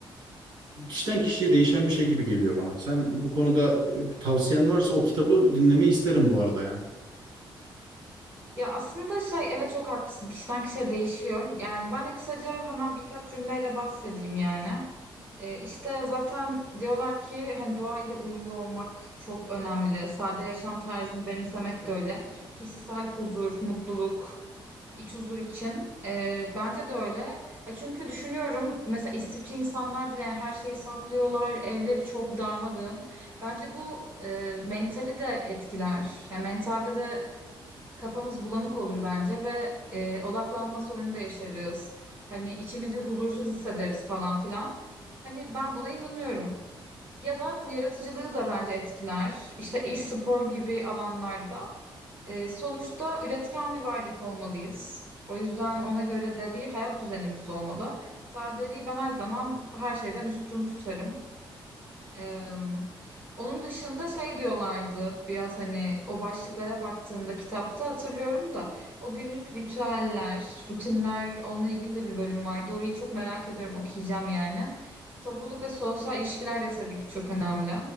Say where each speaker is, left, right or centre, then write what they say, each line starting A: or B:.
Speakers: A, on the right; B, on the right.
A: kişiden kişiye değişen bir şey gibi geliyor bana. Sen bu konuda e, tavsiyen varsa o kitabı dinlemeyi isterim bu arada yani.
B: Ya aslında şey evet çok haklısın. Kişiden kişiye değişiyor. Yani ben de kısaca hemen birkaç cümleyle bahsedeyim yani. Ee, işte zaten diyorlar ki hani doğa ile uyumlu olmak çok önemli. Sade yaşam tarzını benimsemek de öyle. Kişisel huzur, mutluluk, İç huzur için. Ee, bence de öyle. Ya çünkü düşünüyorum mesela istifçi insanlar bile yani her şeyi saklıyorlar. Evleri çok darmadığın. Bence bu e, mentali de etkiler. Yani mentalde de kafamız bulanık olur bence ve e, odaklanma sorunu da yaşarız. Hani içimizi bir huzursuz hissederiz falan filan. Hani ben buna inanıyorum. Ya da bu yaratıcılığı da bence etkiler. İşte e-spor gibi alanlarda. Ee, sonuçta üretken bir varlık olmalıyız. O yüzden ona göre de bir hayat düzenimiz olmalı. Sadeliği ben her zaman her şeyden üstün tutarım. Eee, onun dışında şey diyorlardı biraz hani o başlıklara baktığımda kitapta hatırlıyorum da o günlük ritüeller, rutinler onunla ilgili de bir bölüm vardı. Orayı çok merak ediyorum okuyacağım yani. Topluluk ve sosyal ilişkiler de tabii ki çok önemli.